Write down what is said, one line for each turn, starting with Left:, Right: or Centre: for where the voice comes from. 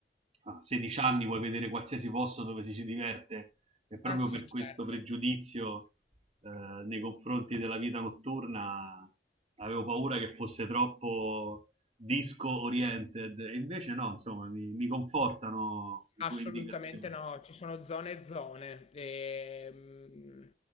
Right: a 16 anni vuoi vedere qualsiasi posto dove ci si diverte e proprio
Left: Ah sì,
Right: per
Left: certo.
Right: questo pregiudizio eh, nei confronti della vita notturna avevo paura che fosse troppo disco oriented e invece no, insomma, mi, mi confortano le
Left: Assolutamente
Right: tue indicazioni.
Left: no, ci sono zone e zone. Ehm,